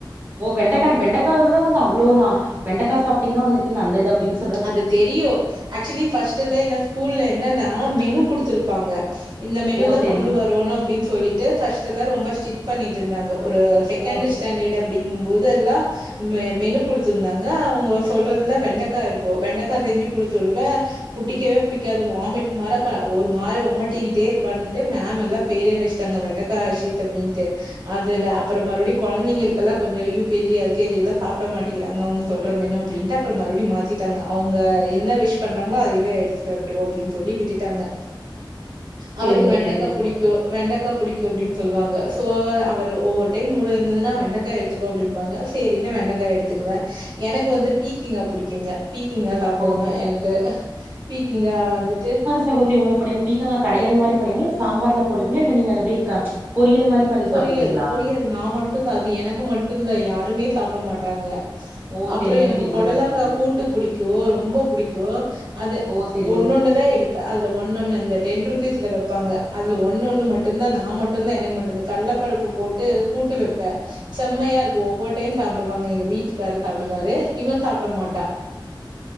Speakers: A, on the right (about 25°); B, on the right (about 60°).
A: ஒ வெண்டக்கான வெண்டக்காவுலதா வந்து அவ்ளோ நா வெண்டக்கா சாப்பிட்டீங்கன்னா வந்துட்டு நல்லது அப்டினு
B: அது தெரியு ஆக்சுவலி ஃபஸ்ட்டல என்ன ஸ்கூல்ல என்னன்னா மெனு குடுத்துருப்பாங்க இந்த மெனு
A: ஓ
B: தா
A: சேரிங்
B: கொண்டு வரணு அப்டீன் சொல்லிட்டு ஃபஸ்டெல்லா ரொம்ப ஸ்டிட் பண்ணிட் இருந்தாங்க ஒரு செகண்டு
A: ஓ
B: ஸ்டாண்டடு அப்டிங்கும் போது எல்லா மெ மெனு குடுத்திருந்தாங்க அவங்க சொல்றதுல வெண்டக்கா இருக் கு வெண்டைக்கா செஞ்சு குடுத்துடுவே புடிக்கவே புடிக்காது வாமிட் மார ப ஒரு மாரி ஒமட்டிக்கிட்டே இருப்பான்ட்டு மேமெல்லாம பேரே வெஷ் டாங்க வெண்டக்கா ஹர்ஷித் அப்டின்ட்டு அதுல அப்புறம் மறுபடி கொழந்தைங்களுக்கெல்லா கொஞ்ச யூ கேஜி எல் கேஜி எல்லா சாப்ட மாட்டேங்கிறாங்க அவுங்க சொல்ற மெனு அப்டின் ட்டு அப்புறம் மறுபடி மாத்திட் டாங்க அவுங்க என்ன விஷ் பண்றாங்ளோ அதவே எடுத்துட்டு வரட்டு அப்டின் சொல்லி விட்டுட்டாங்க அவருக்கு
A: சேரிங்க
B: வெண்டக்கா
A: சேரிங்க
B: புடிக்கு
A: சகோதரி
B: வெண்டக்கா புடி க்கு அப்டின் சொல்வாங்க சோ அவரு ஒவ்வொரு டைம் முடுந்திதுனா வெண்டக்கா எட்த்துக்கோ அப்டிம்பாங்க சேரின்னு வெண்டக்கா எடு துக்குவே எனக்கு வந்து பீக்கிங்கா புடிக்குங்க பீக்கிங்கா சாப்டுணு
A: ஓ
B: எனக்கு பீக்கிங்கா வந்துட்டு
A: சகோதிரி உணு இப்ப நீங்க பீக்கங்கா கடையல் மாரி பண்ணுவீங்ளா இல்ல சாம்பார்ல போடுவீங்க இல்ல நீங்க அத அப்டியே கா பொரியல் மாரி பண்ணி
B: பொரியல்
A: சாப்டுவீங்களா
B: பொரியல் நா மட்டுதா அது எனக்கு மட்டுந்தா யாருமே சாப்ட மாட்டாங்க
A: ஓ
B: அப்புறோ
A: சேரிங்க
B: எனக்கு
A: சேரிங்க
B: பொடலங்கா
A: சகோதரி
B: கூட்டு புடிக்கு ரொம்பா புடிக்கு
A: ஓ
B: அது
A: ஓ சேரிங்க
B: ஒன்னொன்னுதா
A: சேரிங்க
B: எடு ப்ப அதுல ஒன்னொன்னு இந்த டென் ருபீஸ்ல வப்பாங்க அதுல ஒன்னொன்னு மட்டுந்தா நா மட்டுந்தா எனக்கு மட்டுதா கள்ளப்பருப்பு போட்டு கூட்டு வப்ப செம்மையா இருக்கு ஒவ்வொரு டைம் சாப்டுவாங்க எங்க வீட்டுக்காரு சாப்டுவாரு இவள் சாப்புட மாட்டா